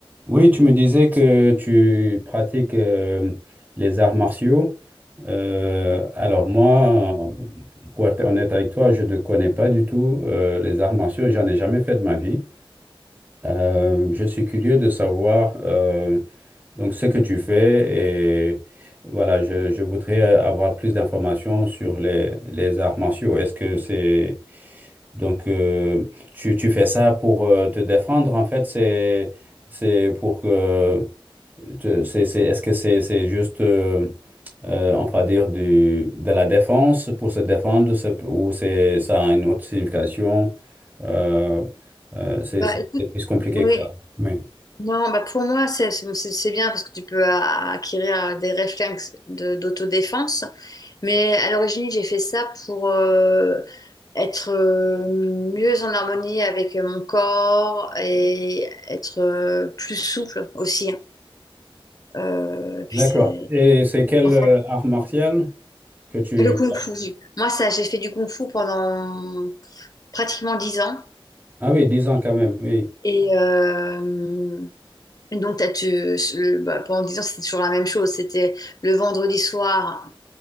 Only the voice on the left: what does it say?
Bah
écoute,
oui,
non, bah pour moi c'est c'est c'est bien parce que tu peux a- acquérir euh, des réflexes de- d'autodéfense. Mais à l'origine, j'ai fait ça pour euh, être euh, mieux en harmonie avec mon corps et être euh, plus souple aussi. hein. Euh, puis
c'est
en fait
le kung-fu. Moi, ça, j'ai fait du kung-fu pendant pratiquement dix ans
et euh, Donc, t'as, tu, le- bah, pendant 10 ans, c'était toujours la même chose. C'était le vendredi soir.